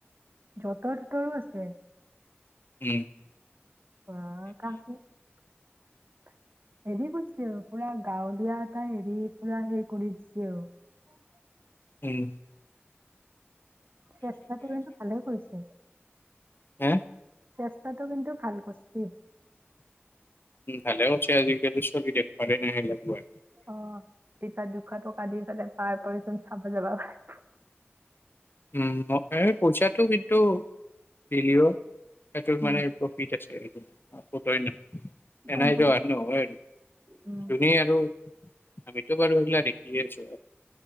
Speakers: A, on the right; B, on the left.
A: যঁতৰ-তঁতৰো আছে ।
B: উম ।
A: বাহ কাম হেৰি কৰিছিলোঁ পুৰা গাঁৱলীয়া । তাই হেৰি পুৰা সেই কৰি দিছে অ' ।
B: উম ।
A: চেষ্টাটো কিন্তু ভালে কৰিছে ।
B: হা ।
A: চেষ্টাটো কিন্তু ভাল কৰছি ।
B: ভালেও হৈছে আজিকালি চলি দেখবাৰে নাই সেইগিলাক গুৱাহাটীত ।
A: অ' ইতা দুশ টকা দি পেলে । তাৰ পৰেচোন চাবা যাবা পাৰে ।
B: উম মোক পইচাটো কিন্তু দিলেও । সেইটো
A: উম
B: মানে প্ৰফিট আছে। ক'ব' পাৰে না ।
A: একদম
B: এনাই
A: পুৰা
B: যহত নহয় যোনে আৰু
A: উম,
B: এনে আৰু। আমিটো বাৰু সেগলা দেখি আছোঁ।